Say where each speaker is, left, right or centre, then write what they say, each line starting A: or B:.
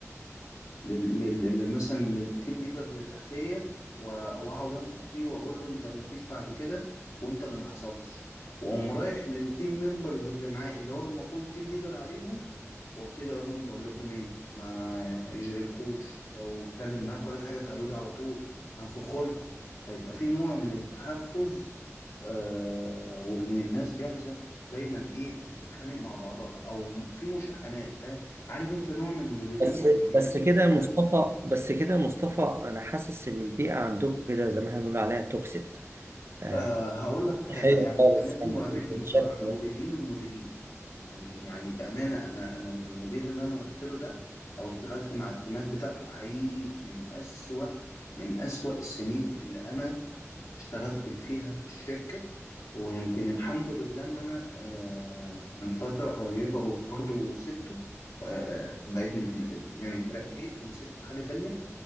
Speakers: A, on the left; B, on the right.
A: لل- لل- لل- مثلا للتيم ليدر اللي تحتيه و- واقعد انفخ فيه واقول له انت ما فيش بعد كده وانت اللي ما حصلتش واقوم رايح للتيم ممبرز اللي معاه اللي هو المفروض تيم ليدر عليهم وابتدي اقول لهم بقول لكم ايه ما يجرلكوش لو اتكلم معاك ولا حاجه تعالوا لي على طول هنفخ لكم فيبقى في نوع من التحفز آه وان الناس جاهزه دايما ايه تتخانق مع بعضها او في مشاحنات فاهم عارف انت نوع من المديرين
B: بس
A: اللي بي...
B: بس
A: بيسأل
B: كده يا مصطفى بس كده يا مصطفى انا حاسس ان البيئه عندكم كده زي ما احنا بنقول عليها توكسيد آه،
A: أه هقول لك حاجة
B: هي
A: يعني
B: خالص
A: في أماكن
B: يعني
A: وأماكن
B: بالشكل
A: بصراحة
B: ده
A: مديرين ومديرين يعني يعني بأمانة أنا أنا المدير اللي أنا رحت له ده أو اشتغلت مع التيمات بتاعته حقيقي من أسوأ من أسوأ السنين اللي أنا اشتغلت فيها في الشركة ويمكن الحمد لله إن أنا أه من فترة قريبة برضه سبته أه بقيت م- م- يعني اترقيت ومسكت حاجة تانية